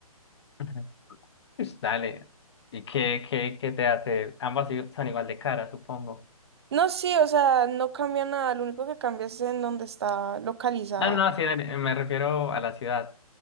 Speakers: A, on the left (about 45°); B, on the right (about 45°).
A: Ujú. Pues dale. ¿Y qué, qué, qué te hace? Ambas i- son igual de cara, supongo.
B: No, sí, o sea, no cambia nada, lo único que cambia es en dónde está localizada.
A: Ah, no, sí, dale, me refiero a la ciudad.